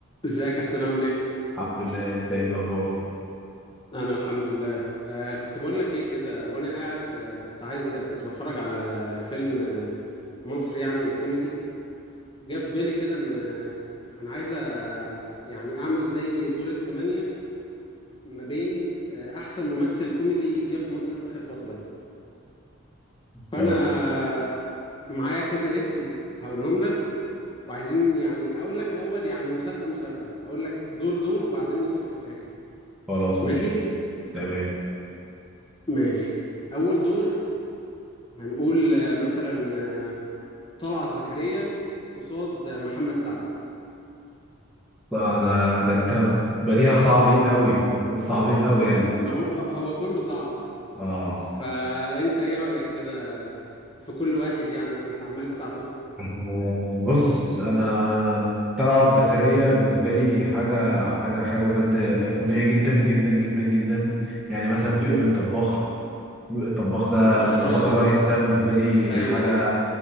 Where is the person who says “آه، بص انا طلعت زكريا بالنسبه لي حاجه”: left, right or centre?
Centre